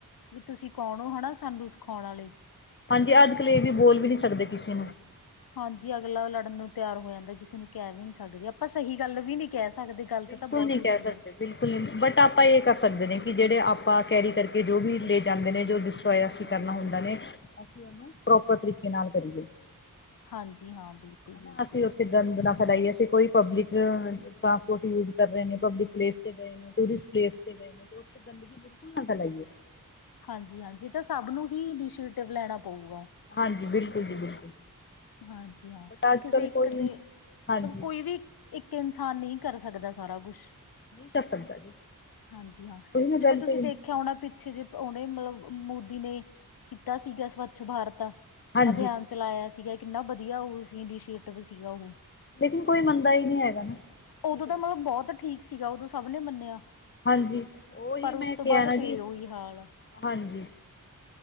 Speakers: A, on the left; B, on the left.
A: ਵੀ ਤੁਸੀਂ ਕੌਣ ਹੋ? ਹੈ ਸਾਨੂੰ ਸਿਖਾਉਣ ਵਾਲੇ
B: ਹਾਂਜੀ ਅੱਜ ਕਲੇ ਵੀ ਬੋਲ ਵੀ ਨਹੀਂ ਸਕਦੇ ਕਿਸੇ ਨੂੰ
A: ਹਾਂਜੀ ਅਗਲਾ ਲੜਨ ਨੂੰ ਤਿਆਰ ਹੋ ਜਾਂਦਾ ਕਿਸੇ ਨੂੰ ਕਹਿ ਵੀ ਨੀ ਸਕਦੇ ਆਪਾਂ ਸਹੀ ਗੱਲ ਵੀ ਨਹੀਂ ਕਹਿ ਸਕਦੇ ਗਲਤ
B: ਬਿਲਕੁਲ
A: ਤਾਂ ਬਹੁਤ
B: ਨਹੀਂ
A: ਦੂਰ
B: ਕਹਿ
A: ਦੀ
B: ਸਕਦੇ
A: ਗੱਲ
B: ਬਿਲਕੁਲ ਨਹੀਂ ਬਟ ਆਪਾਂ ਇਹ ਕਰ ਸਕਦੇ ਨੇ ਕਿ ਜਿਹੜੇ ਆਪਾਂ ਕੈਰੀ ਕਰਕੇ ਜੋ ਵੀ ਲੈ ਜਾਂਦੇ ਨੇ ਜੋ ਦਿਸ ਪ੍ਰੋਇਆਸੀ ਕਰਨਾ ਹੁੰਦਾ ਨੇ
A: ਹਾਂ <unintelligible>
B: ਕੀ ਉਹਨੂੰ ਪ੍ਰੋਪਰ ਤਰੀਕੇ ਨਾਲ ਕਰੀਏ।
A: ਹਾਂਜੀ। ਹਾਂ, ਬਿਲਕੁਲ ਬਿਲਕੁਲ।
B: ਹਨਾ <unintelligible> ਅਸੀ ਗ ਗੰਦ ਨਾ ਫੈਲਾਈਏ। ਅਸੀਂ ਕੋਈ ਪਬਲਿਕ ਟਰਾਂਸਪੋਰਟ ਯੂਜ ਕਰ ਰਹੇ। ਨੇ ਪਬਲਿਕ ਪਲੇਸ ਤੇ ਗਏ ਟੂਰਿਸਟ ਪਲੇਸ ਤੇ ਗਏ ਨੇ ਤੇੇ ਗੰਦਗੀ, ਬਿਲਕੁਲ ਨਾ ਫੈਲਾਈਏ।
A: ਹਾਂਜੀ -ਹਾਂਜੀ ਤਾਂ ਸਭ ਨੂੰ ਹੀ ਇਨੀਸ਼ੀਏਟਿਵ ਲੈਣਾ ਪਊਗਾ
B: ਹਾਂਜੀ। ਬਿਲਕੁਲ ਜੀ -ਬਿਲਕੁਲ
A: ਹਾਂਜੀ। ਹਾਂ
B: ਬਟ ਅੱਜ
A: ਕਿਸੇ
B: ਕੱਲ
A: ਇੱਕ
B: ਕੋਈ
A: ਦੇ ਮਤਲਬ
B: ਹਾਂਜੀ
A: ਕੋਈ ਵੀ ਇੱਕ ਇਨਸਾਨ ਨਹੀਂ ਕਰ ਸਕਦਾ ਸਾਰਾ ਕੁਛ।
B: ਨਹੀਂ ਕਰ ਸਕਦਾ ਜੀ
A: ਹਾਂਜੀ। ਹਾਂ,
B: ਉਹੀ ਮੈਂ
A: ਜਿਵੇਂ
B: ਗੱਲ
A: ਤੁਸੀਂ
B: ਕਹੀ
A: ਦੇਖਿਆ ਹੋਣਾ ਪਿੱਛੇ ਜੇ ਉਹਨੇ ਮਤਲਬ ਮੋਦੀ ਨੇ ਕੀਤਾ ਸੀਗਾ ਸਵੱਛ ਭਾਰਤ
B: ਹਾਂਜੀ
A: ਅਭਿਆਨ। ਚਲਾਇਆ ਸੀਗਾ ਕਿੰਨਾ ਵਧੀਆ। ਉਹ ਸੀ ਇੰਡੀਸ਼ੀਏਟਿਵ ਸੀਗਾ ਉਹ
B: ਲੇਕਿਨ ਕੋਈ ਮੰਨਦਾ ਹੀ ਨਹੀਂ ਹੈਗਾ। ਨਾ
A: ਉਦੋਂ
B: ਕੀ ਕਰੀਏ
A: ਤਾਂ ਮਤਲਬ ਬਹੁਤ ਠੀਕ ਸੀਗਾ। ਉਦੋਂ ਸਭ ਨੇ ਮੰਨਿਆ,
B: ਹਾਂਜੀ ਉਹੀ
A: ਪਰ
B: ਮੈਂ
A: ਉਸ
B: ਕਿਹਾ
A: ਤੋਂ ਬਾਅਦ
B: ਨਾ
A: ਫੇਰ
B: ਜੀ
A: ਉਹੀ ਹਾਲ
B: ਹਾਂਜੀ